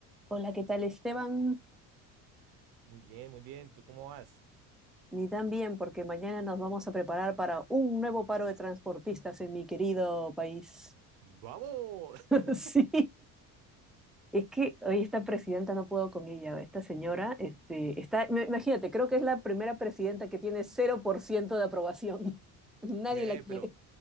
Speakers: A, in the centre; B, on the right.
A: Hola, ¿qué tal Esteban?
B: Muy bien, muy bien. ¿Tú cómo vas?
A: Ni tan bien, porque mañana nos vamos a preparar para un nuevo paro de transportistas en mi querido país.
B: ¡Vamos!
A: <laughs>
B: <laughs>
A: Sí, es que hoy esta presidenta no puedo con ella, esta señora, este, está, im- imagínate, creo que es la primera presidenta que tiene cero por ciento de aprobación. <laughs> Nadie
B: qué
A: la quiere.
B: pero